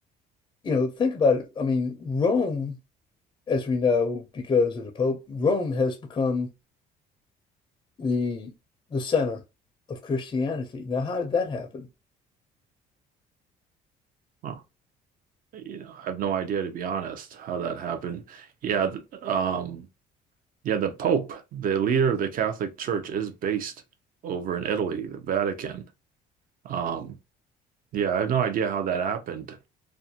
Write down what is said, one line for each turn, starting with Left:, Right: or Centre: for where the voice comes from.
Left: you know, think about it. I mean, Rome, as we know, because of the Pope, Rome has become the the center of Christianity. Now, how did that happen?
Right: Huh. you know, I have no idea to be honest how that happened. Yeah, th um, yeah, the Pope, the leader of the Catholic Church, is based over in Italy, the Vatican. Um, yeah, I have no idea how that happened.